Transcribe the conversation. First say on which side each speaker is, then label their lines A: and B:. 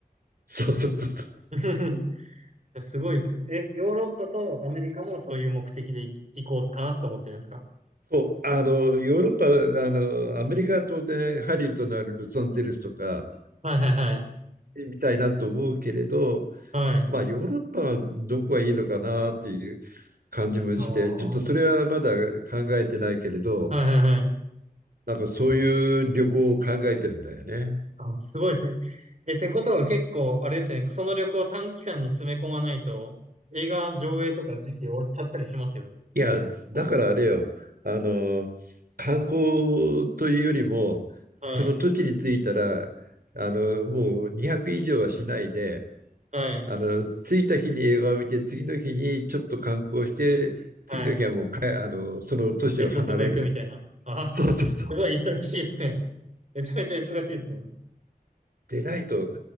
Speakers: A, on the right; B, on the right.
A: そうそうそうそう。
B: <laughs> すごいですね。え、ヨーロッパとアメリカもそういう目的で行行こうかなって思ってるんですか
A: そうあの、ヨーロッパ、あの、アメリカは当然ハリウッドのあるロサンゼルスとか
B: はいはいはい。
A: みたいなと思うけれど、
B: はい。
A: まあヨーロッパはどこがいいのかなっていう感じもして、
B: あ
A: ちょっとそれはまだ考えてないけれど、
B: ーはいはいはい。
A: なんかそういう旅行を考えてるんだよね。
B: あ、すごいですね。え、ってことは結構、あれですね。その旅行を短期間に詰め込まないと、映画上映とか時期終わっちゃったりしますよね。
A: いや、だからあれよ、あの、観光というよりも、
B: はい。
A: その時に着いたら、あの、もう200以上はしないで、
B: はい。
A: あの、着いた日に映画を見て、次の日にちょっと観光して、次の日はもうかえ、
B: はい。
A: あの、その都市を離れる。
B: 別のとこ行くみたいな。あ、
A: そうそうそう。
B: すごい忙しいですね。めちゃめちゃ忙しいですね。
A: でないと、